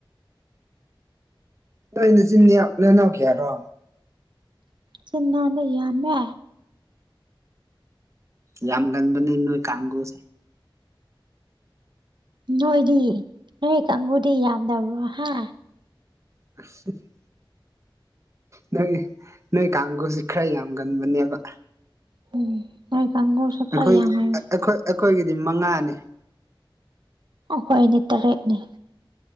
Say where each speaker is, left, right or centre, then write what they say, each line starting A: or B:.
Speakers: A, on the right; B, on the right.
A: ꯅꯣꯏ ꯅꯆꯤꯟꯅꯤꯌꯥꯎ ꯅꯅꯥꯎ ꯀꯤꯌꯥꯔꯣ
B: ꯆꯤꯟꯅꯥꯎꯗꯣ ꯌꯥꯝꯃꯦ
A: ꯌꯥꯝꯒꯟꯕꯅꯦ ꯅꯣꯏ ꯀꯥꯡꯒꯨꯁꯦ
B: ꯅꯣꯏꯗꯤ ꯅꯣꯏ ꯀꯥꯡꯒꯨꯗꯤ ꯌꯥꯝꯗꯕ꯭ꯔꯣ ꯍꯥ
A: <unintelligible> ꯅꯣꯏ ꯅꯣꯏ ꯀꯥꯡꯒꯨꯁꯤ ꯈꯔ ꯌꯥꯝꯒꯟꯕꯅꯦꯕ
B: ꯎꯝ ꯅꯣꯏ ꯀꯥꯡꯒꯨꯁꯨ ꯈꯔ
A: ꯑꯩꯈꯣꯏ
B: ꯌꯥꯝꯒꯅꯤ
A: ꯑꯈꯣꯏ ꯑꯩꯈꯣꯏꯒꯤꯗꯤ ꯃꯉꯥꯅꯦ
B: ꯑꯩꯈꯣꯏꯗꯤ ꯇꯔꯦꯠꯅꯦ